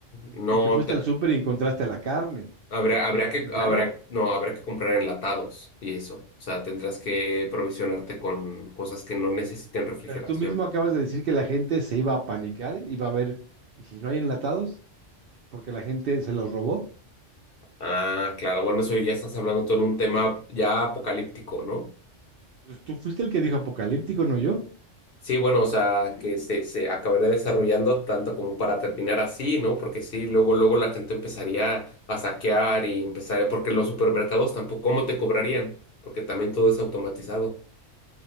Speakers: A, on the left (about 55°); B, on the right (about 60°).
A: No,
B: y que fuiste
A: te-
B: al súper y encontraste la carne,
A: habrá, habrá
B: pero
A: que,
B: ya
A: habrá,
B: no.
A: no, habrá que comprar enlatados y eso. O sea, tendrás que provisionarte con cosas que no necesiten refrigeración.
B: Pero tú mismo acabas de decir que la gente se iba a panicar, iba a ver, ¿y si no hay enlatados? Porque la gente se los robó.
A: Ah, claro, bueno, eso ya estás hablando todo en un tema ya apocalíptico, ¿no?
B: Pues tú fuiste el que dijo apocalíptico, no yo.
A: Sí, bueno, o sea, que se, se acabaría desarrollando tanto como para terminar así, ¿no? Porque sí, luego, luego la gente empezaría a saquear y empezar, porque los supermercados tampoco, ¿cómo te cobrarían? Porque también todo es automatizado.